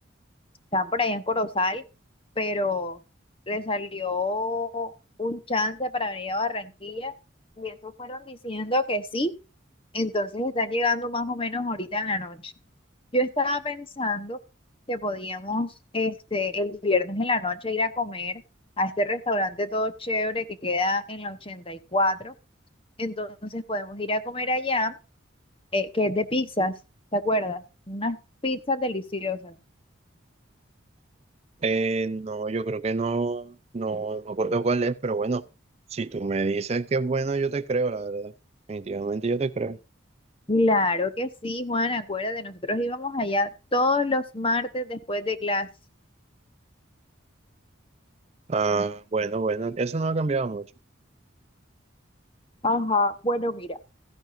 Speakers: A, on the left (about 30°); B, on the right (about 35°).
A: está por allá en Corozal, pero le salió un chance para venir a Barranquilla y eso fueron diciendo que sí, entonces están llegando más o menos ahorita en la noche. Yo estaba pensando que podíamos este, el viernes en la noche ir a comer a este restaurante todo chévere que queda en la 84, entonces podemos ir a comer allá, eh, que es de pizzas, ¿te acuerdas? Unas pizzas deliciosas.
B: Eh, no, yo creo que no, no no me acuerdo cuál es, pero bueno, si tú me dices que es bueno, yo te creo, la verdad. Definitivamente yo te creo.
A: Claro que sí, Juan, acuérdate, nosotros íbamos allá todos los martes después de clase.
B: Ah, bueno, bueno, eso no ha cambiado mucho.
A: Ajá, bueno, mira,